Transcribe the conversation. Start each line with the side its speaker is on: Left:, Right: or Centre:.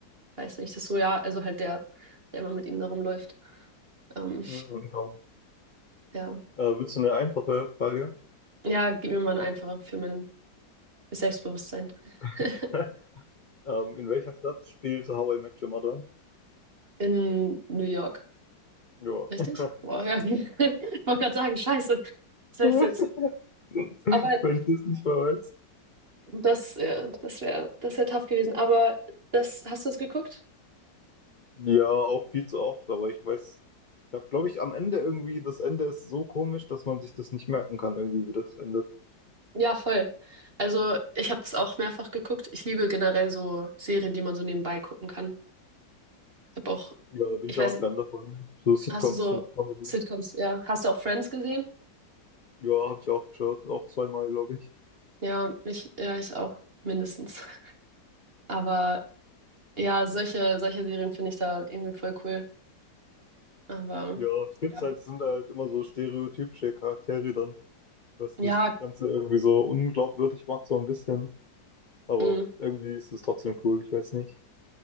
Right: weiß nicht, das ist so, ja, also halt der, der immer mit ihm da rumläuft. Ähm,
Left: Mhm.
Right: ja.
Left: Äh, willst du eine einfache Frage?
Right: Ja, gib mir mal einen einfacher für mein Selbstbewusstsein. <laughs>
Left: <laughs> Ähm, in welcher Stadt spielt How I Met Your Mother?
Right: In New York,
Left: Ja.
Right: richtig?
Left: <laughs>
Right: Boah, ja. <laughs> Ich wollte gerade sagen, scheiße, das wär's
Left: Wenn
Right: jetzt. Aber
Left: ich das nicht mehr weiß.
Right: das, äh, das wäre, das wäre tough gewesen. Aber das, hast du das geguckt?
Left: Ja, auch viel zu oft, aber ich weiß, ich habe, glaube ich, am Ende irgendwie, das Ende ist so komisch, dass man sich das nicht merken kann, irgendwie, wie das endet.
Right: Ja, voll. Also ich habe das auch mehrfach geguckt. Ich liebe generell so Serien, die man so nebenbei gucken kann. Ich habe auch,
Left: Ja, da bin
Right: ich
Left: ich
Right: weiß
Left: auch ein
Right: nicht,
Left: Fan davon. So Sitcoms
Right: Hast du so
Left: und Comedy.
Right: Sitcoms, ja. Hast du auch Friends gesehen?
Left: Ja, habe ich auch geschaut, auch zweimal, glaube ich.
Right: Ja, ich, ja, ich auch, mindestens. <laughs> Aber ja, solche, solche Serien finde ich da irgendwie voll cool. Aber
Left: Ja, ich finde
Right: ja.
Left: es halt, es sind halt immer so stereotypische Charaktere dann, was
Right: Ja,
Left: das Ganze irgendwie so unglaubwürdig macht, so ein bisschen. Aber
Right: mm,
Left: irgendwie ist es trotzdem cool, ich weiß nicht.